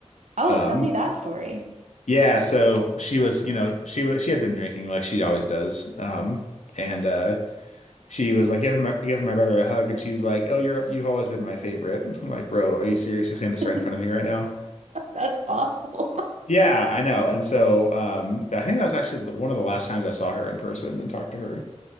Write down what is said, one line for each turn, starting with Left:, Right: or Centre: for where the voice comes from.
Right: Oh,
Left: Um,
Right: tell me that story.
Left: yeah. So she was. You know, she was. She had been drinking like she always does. Um, and uh, she was like giving my giving my brother a hug, and she's like, "Oh, you're you've always been my favorite." <laughs> I'm like, bro, are you serious? You're saying this
Right: <laughs>
Left: right in front of me right now?
Right: That's awful. <laughs>
Left: Yeah, I know. And so um, I think that was actually the, one of the last times I saw her in person and talked to her